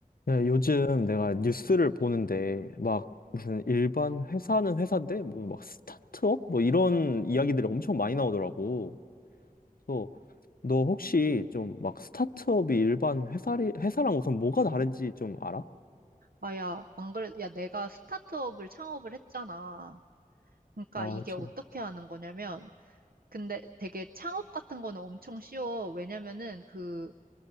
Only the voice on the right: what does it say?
아, 야, 안 그래. 야, 내가 스타트업을 창업을 했잖아. 그러니까
이게
어떻게 하는 거냐면, 근데 되게 창업 같은 거는 엄청 쉬워. 왜냐면은 그